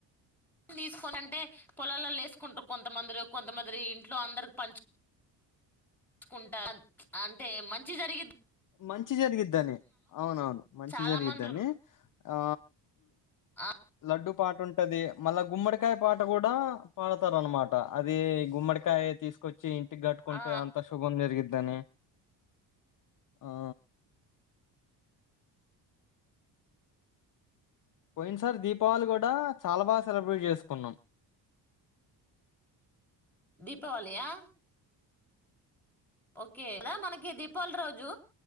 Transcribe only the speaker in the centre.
తీసుకోనింటే పొలాాలలో వేసుకుంటారు కొంతమందిర కొంతమంది ఇంట్లో అందరికి పంచు పంచుకుంటారు అంటే మంచి జరిగిది
చాలా
మంది
ఆ
ఆ
దీపావళి యా ఓకే కదా మనకి దీపావళి రోజు